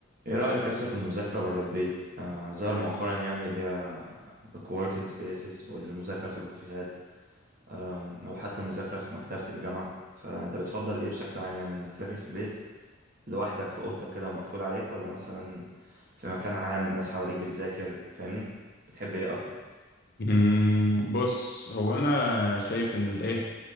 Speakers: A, on the right; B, on the left.
A: ايه رأيك لسه في المذاكرة برا البيت؟ آه ظهر مؤخرا يعني اللي هي الكووركينج سبيسز والمذاكرة في الكافيهات آه أو حتى المذاكرة في مكتبة الجامعة فأنت بتفضل ايه بشكل عام يعني إنك تذاكر في البيت لوحدك في أوضتك كده ومقفول عليك ولا مثلا في مكان عام ناس حواليك بتذاكر فاهمني؟ بتحب ايه أكتر؟
B: مم، بص هو انا شايف ان الايه